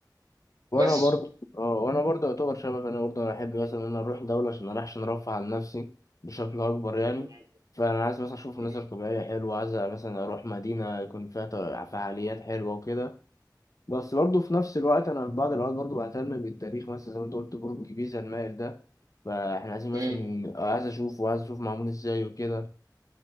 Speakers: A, on the left (about 50°); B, on the right (about 55°).
A: وانا
B: بس
A: برضه اه وانا برضه يعتبر شبك انا برضه انا احب مثلا ان انا اروح دولة عشان اروح عشان ارفع عن نفسي بشكل اكبر يعني
B: م-
A: فانا عايز مثلا اشوف
B: م-
A: مناظر طبيعية حلوة عايز مثلا اروح مدينة يكون فيها ط- فعاليات حلوة وكده بس برضه في نفس الوقت انا في بعض الاوقات برضه بهتم بالتاريخ مثلا زي ما انت قلت برج بيزا المائل ده فاحنا عايزين مثلا
B: م-
A: عايز اشوفه وعايز اشوف معمول ازاي وكده